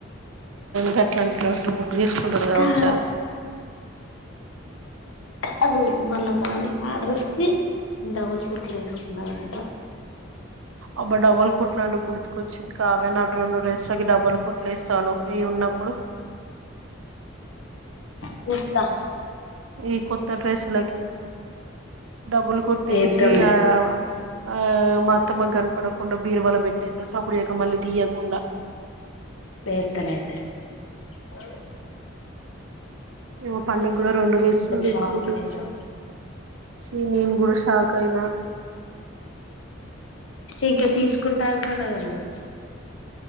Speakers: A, on the right; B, on the left.
A: గట్లా అంటి డ్రెస్లు బుకు తీసుకుంటారు కావచ్చా
B: కాచి కాదు మళ్ళా దాని ఆ డ్రస్ కి డబల్ కుట్లు వేసుకున్నదంట
A: అబ్బా డబల్ కుట్లు అంటే గుర్తుకొచ్చి కావ్య నా రెండు డ్రెస్సులకి డబల్ కుట్లు వేస్తాను ఫ్రీ ఉన్నప్పుడు
B: సుతా
A: ఈ కొత్త డ్రెస్సులకి డబ్బులు కొట్టేసి
B: వేద్దాంలే
A: ఆ ఆ మా అత్తమ్మ కు కనపడకుండా బీరువల పెట్టేస్త సప్పుడుజెక మళ్ళీ తీయకుండా
B: ఎత్తలే అయితే అ
A: ఏమో పండు గూడ రెండు డ్రెస్సులు తెచ్చిరు
B: షాక్ అయినా
A: చి నీను కూడా షాక్ అయినా
B: ఇంకా తీసుకుంటా అంటానువుగా నువ్వు